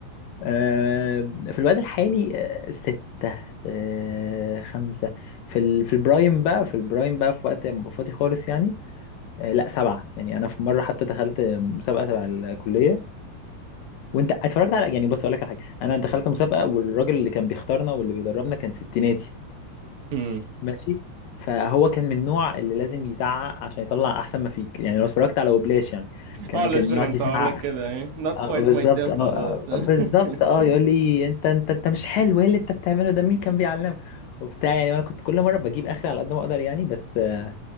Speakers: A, on the left; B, on the right.
A: آه، في الوقت الحالي آه، ستة آه، خمسة في ال... في البرايم بقى في البرايم بقى في وقت ما أبقى فاضي خالص يعني آه، لا سبعة يعني أنا في مرة حتى دخلت مسابقة تبع الكلية وأنت اتفرجت على يعني بص أقول لك على حاجة أنا دخلت مسابقة والراجل اللي كان بيختارنا واللي بيدربنا كان ستيناتي
B: هم
A: ماشي فهو كان من النوع اللي لازم يزعق عشان يطلع أحسن ما فيك يعني لو اتفرجت على وبلاش يعني كان
B: اه لسه
A: كان يقعد
B: كنت
A: يزعق
B: هقول لك كده ايه not quite
A: آه، آه، بالظبط
B: my tempo
A: اه
B: but
A: آه، بالظبط
B: <laughs>
A: اه يقول لي انت انت انت مش حلو ايه اللي انت بتعمله ده مين كان بيعلمك وبتاع يعني انا كنت كل مره بجيب اخري على قد ما اقدر يعني بس آه،